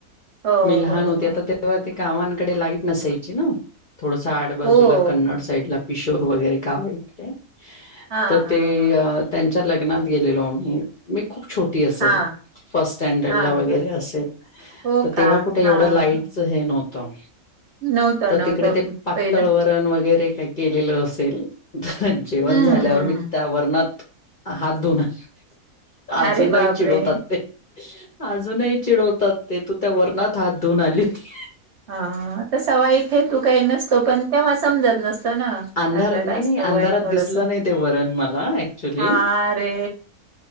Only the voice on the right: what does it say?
हो
हो
हो
हो
हो
हा
हा
हा
हा
हा
हा
हो
का
हा
हा
नव्हतं
नव्हतं
पहिलं
हम्म
हम्म
अरे बापरे
हा हा त सव इथे तू काही नसतो पण तेव्हा समजत नसत. असत ना
अल्लड
असत
वय थोडस
आ रे.